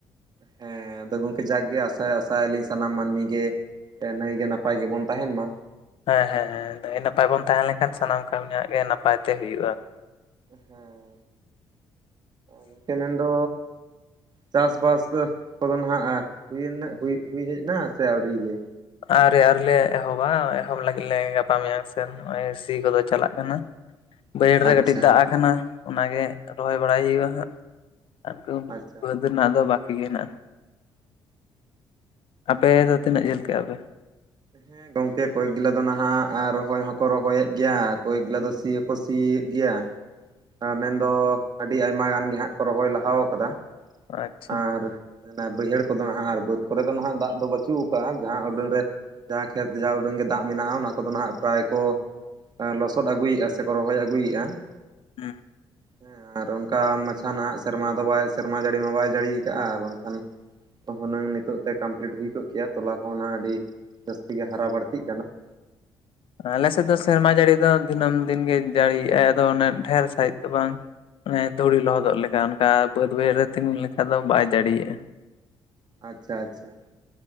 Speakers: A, on the right; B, on the left.
A: ᱦᱮᱸ ᱟᱫᱚ ᱜᱚᱝᱠᱮ ᱡᱟᱠ ᱜᱮ ᱟᱥᱟᱭ ᱟᱥᱟᱭᱟᱞᱤᱧ ᱥᱟᱱᱟᱢ ᱢᱟᱹᱱᱢᱤ ᱜᱮ ᱱᱟᱹᱭᱜᱮ ᱱᱟᱯᱟᱭ ᱜᱮᱵᱚᱱ ᱛᱟᱦᱮᱱ ᱢᱟ,
B: ᱦᱮᱸ ᱦᱮᱸᱮᱸ ᱱᱟᱭ ᱱᱟᱯᱟᱭ ᱵᱚᱱ ᱛᱟᱦᱮᱸ ᱞᱮᱱᱠᱷᱟᱱ ᱥᱟᱱᱟᱢ ᱠᱟᱹᱢᱤᱭᱟᱜ ᱜᱮ ᱱᱟᱯᱟᱭ ᱛᱮ ᱦᱩᱭᱩᱼᱟ ᱾
A: ᱦᱮᱸ ᱜᱚᱢᱠᱮ ᱢᱮᱱᱫᱚ ᱪᱟᱥᱵᱟᱥ ᱠᱚᱫᱚ ᱱᱟᱦᱟᱜ ᱦᱩᱭᱮᱱ ᱦᱩᱭ ᱦᱩᱭ ᱦᱮᱡ ᱮᱱᱟ ᱥᱮ ᱟᱹᱣᱨᱤ ᱜᱮ?
B: ᱟᱹᱣᱨᱤ ᱟᱹᱣᱨᱤ ᱞᱮ ᱮᱦᱚᱵᱟ ᱮᱦᱚᱵ ᱞᱟᱹᱜᱤᱫ ᱞᱮ ᱜᱟᱯᱟ ᱢᱮᱭᱟᱝ ᱥᱮᱱ ᱱᱚᱭᱚ ᱥᱤ ᱠᱚᱫᱚ ᱪᱟᱞᱟᱜ ᱠᱟᱱᱟ
A: <unintelligible>
B: ᱾ ᱵᱟᱹᱭᱟᱹᱟᱹᱲ
A: ᱟᱪᱪᱷᱟ
B: ᱨᱮ ᱠᱟᱹᱴᱤᱡ ᱫᱟᱜ ᱟᱠᱟᱱᱟ ᱚᱱᱟᱜᱮ ᱨᱚᱦᱚᱭ ᱵᱟᱲᱟᱭ ᱦᱩᱭᱩᱼᱟ ᱦᱟᱸᱜ
A: ᱟᱪᱪᱷᱟ
B: ᱾ <unintelligible> ᱚᱱᱟ ᱫᱚ ᱵᱟᱠᱤ ᱜᱮ ᱦᱮᱱᱟᱜᱼᱟ, ᱟᱯᱮ ᱫᱚ ᱛᱤᱱᱟᱹᱜ ᱡᱷᱟᱹᱞ ᱠᱮᱭᱼᱟ ᱯᱮ?
A: ᱦᱮᱸ ᱜᱚᱝᱠᱮ ᱠᱚᱭᱮᱠ ᱜᱮᱞᱟ ᱫᱚ ᱱᱟᱦᱟᱜ ᱨᱚᱦᱚᱭ ᱦᱚᱸᱠᱚ ᱨᱚᱦᱚᱭᱮᱫ ᱜᱮᱭᱟ ᱠᱚᱭᱠ ᱜᱮᱞᱟ ᱫᱚ ᱥᱤ ᱦᱚᱸᱠᱚ ᱥᱤᱭᱮᱫ ᱜᱮᱭᱟ ᱾ ᱢᱮᱱᱫᱚ ᱟᱹᱰᱤ ᱟᱭᱢᱟ ᱜᱟᱱ ᱜᱮ ᱦᱟᱸᱜ ᱠᱚ ᱨᱚᱦᱚᱭ ᱞᱟᱦᱟ ᱟᱠᱟᱫᱟ ᱾
B: ᱟᱪᱪᱷᱟ
A: ᱟᱨ ᱵᱟᱹᱭᱦᱟᱹᱲ ᱠᱚᱫᱚ ᱦᱟᱸᱜ ᱟᱨ ᱵᱟᱹᱫᱽ ᱠᱚᱨᱮ ᱫᱚ ᱱᱟᱦᱜ ᱫᱟᱜ ᱫᱚ ᱵᱟᱹᱪᱩᱜ ᱡᱟᱦᱟᱸ ᱩᱰᱟᱹᱝ ᱨᱮ ᱡᱟᱦᱟᱸ ᱠᱷᱮᱛ ᱡᱟᱦᱟᱸ ᱩᱰᱟᱹᱝ ᱜᱮ ᱫᱟᱜ ᱢᱮᱱᱟᱜᱼᱟ ᱚᱱᱟ ᱠᱚᱫᱚ ᱱᱟᱦᱟᱜ ᱯᱮᱨᱟᱭ ᱠᱚ ᱞᱚᱥᱚᱫ ᱟᱹᱜᱩᱭᱮᱫᱼᱟ ᱥᱮᱠᱚ ᱨᱚᱦᱚᱭ ᱟᱹᱜᱩᱭᱮᱫᱼᱟ ᱾
B: ᱦᱩᱸ
A: ᱦᱮᱸ ᱟᱨ ᱚᱱᱠᱟ ᱢᱟᱪᱷᱟ ᱱᱟᱦᱟᱜ ᱥᱮᱨᱢᱟ ᱫᱚ ᱵᱟᱭ ᱥᱮᱨᱢᱟ ᱡᱟᱹᱲᱤ ᱢᱟ ᱵᱟᱭ ᱡᱟᱹᱲᱤ ᱟᱠᱟᱭᱼᱟ, ᱵᱟᱝᱠᱷᱟᱱ ᱦᱩᱱᱟᱹᱝ ᱱᱤᱛᱚᱜ ᱛᱮ ᱠᱟᱢᱯᱞᱤᱴ ᱦᱩᱭ ᱠᱚᱜ ᱠᱮᱭᱟ ᱛᱚᱞᱟ ᱠᱚᱦᱚᱸ ᱚᱱᱟ ᱟᱹᱰᱤ ᱡᱟᱹᱥᱛᱤ ᱜᱮ ᱦᱟᱨᱟ ᱵᱟᱹᱲᱛᱤᱜ ᱠᱟᱱᱟ ᱾
B: ᱟᱞᱮ ᱥᱮᱫ ᱫᱚ ᱥᱮᱨᱢᱟ ᱡᱟᱹᱲᱤ ᱫᱚ ᱫᱤᱱᱟᱹᱢ ᱫᱤᱱᱜᱤ ᱡᱟᱹᱲᱤᱭᱟᱭ ᱟᱫᱚ ᱚᱱ ᱰᱷᱨ ᱥᱟᱺᱦᱤᱡ ᱫᱚ ᱵᱟᱝ ᱾ ᱮ ᱫᱷᱩᱲᱤ ᱞᱚᱦᱚᱫᱚᱜ ᱞᱮᱠᱟ ᱚᱱᱠᱟ ᱵᱟᱹᱫ ᱵᱟᱹᱭᱦᱟᱹᱲ ᱨᱮ ᱛᱤᱸᱜᱩ ᱞᱮᱠᱷᱟ ᱫᱚ ᱵᱟᱭ ᱫᱟᱲᱤᱭᱮᱼᱟ ᱾
A: ᱟᱪᱪᱷᱟ ᱟᱪᱪᱷᱟ,